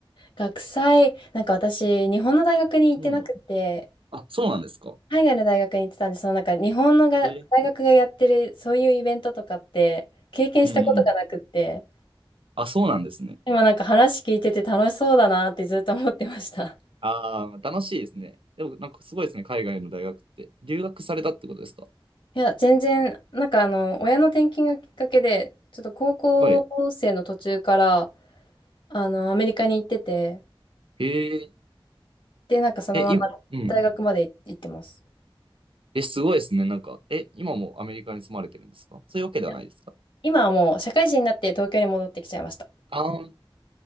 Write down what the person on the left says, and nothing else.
学祭、なんか私、日本の大学に行ってなくて、
海外の大学に行ってたんで、そのなんか日本のが大学がやってるそういうイベントとかって経験したことがなくって、
今なんか話聞いてて楽しそうだなってずっと思ってました。
<laughs> いや、全然、なんかあの、親の転勤がきっかけで、ちょっと高校生の途中から、
あの、アメリカに行ってて、
で、なんかそのまま大学まで行ってます。
いや今はもう社会人になって東京に戻ってきちゃいました。